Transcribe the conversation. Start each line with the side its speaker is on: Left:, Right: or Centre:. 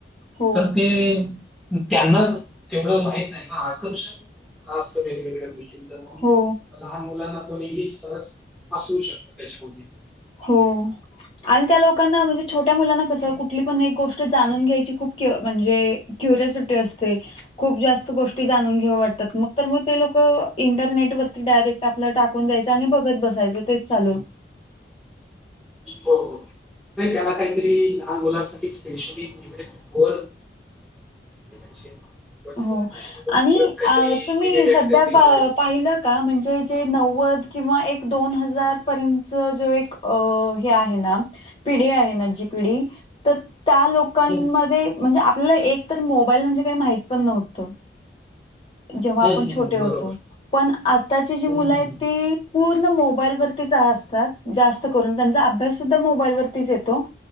Left: हो
Centre: तर ते त्यांना तेवढं माहित नाही आकर्षक असतं वेगवेगळ्या गोष्टी
Left: हो
Centre: लहान मुलांना कोणीही सहज पसरू शकत त्याच्यामध्ये
Left: हो आणि त्या लोकांना म्हणजे छोट्या मुलांना कसं कुठली पण एक गोष्ट जाणून घ्यायची की खूप म्हणजे क्युरियासिटी असते खूप जास्त गोष्टी जाणून घेऊ वाटतात मग तर मग ते लोक इंटरनेटवरती डायरेक्ट आपलं टाकून द्यायचं आणि बघत बसायचं तेच चालू
Centre: हो, हो नाही त्याला काहीतरी ल मुलासाठी स्पेशली ईकडे गोल <unintelligible>
Left: हो
Centre: त्याच्यामध्ये सगळंच
Left: आणि
Centre: काहीतरी
Left: आ तुम्ही
Centre: लिमिट
Left: सध्या
Centre: ऍक्सेस दिला पाहिजे.
Left: पाहिलंत का म्हणजे जे नव्वद किंवा एक दोन हजार पर्यतच जो एक हे आहे ना पिढी आहे ना जी पिढी तर त्या लोक लोकांमध्ये
Centre: हम्म,
Left: म्हणजे आपल्याला एक तर मोबाईल म्हणजे काही माहित पण नव्हतं जेव्हा आपण
Centre: हम्म, हम्म,
Left: छोटे होतो
Centre: बरोबर.
Left: पण आताची जी मुलं
Centre: हम्म, हम्म.
Left: आहेत ती पूर्ण मोबाईल वरतीच असतात जास्त करून त्यांचा अभ्यास सुद्धा मोबाईल वरतीच येतो